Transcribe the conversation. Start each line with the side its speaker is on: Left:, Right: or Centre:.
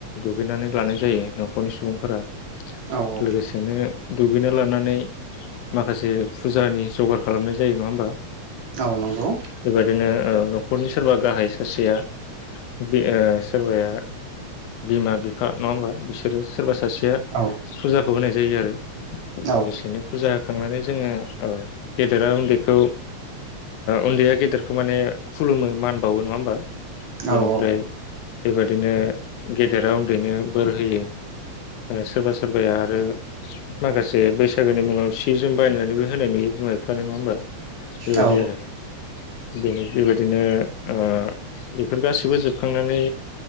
Left: दुगैनानै लानाय जायो न'खरनि सुबुंफोरा।
Right: औ औ
Left: लोगोसेनो दुगैना लानानै माखासे फुजानि जगार खालामनाय जायो नङा होमबा?
Right: औ नंगौ।
Left: बेबायदिनो ओ न'खरनि सोरबा गाहाय सासेया बे सोरबाया बिमा बिफा नङा होमबा बिसोरो सोरबा सासेया
Right: औ
Left: फुजा खौ होनाय जायो आरो।
Right: औ
Left: लोगोसेनो फुजा खांनानै जोङो गेदेरा उन्दैखौ उन्दैया गेदेरखौ माने खुलुमो मान बावो नङा होमबा? बेनिफ्राय
Right: औ
Left: बेबादिनो गेदेरा उन्दैनो बोर होयो सोरबा सोरबाया आरो माखासे बैसागोनि मुङाव सि जोम बायनानैबो होनाय नुयो बिमा बिफानो नङा होमबा? बेबायदि
Right: औ
Left: आरो बेनि बेबायदिनो ओ बेफोर गासैबो जोबखां खांनानै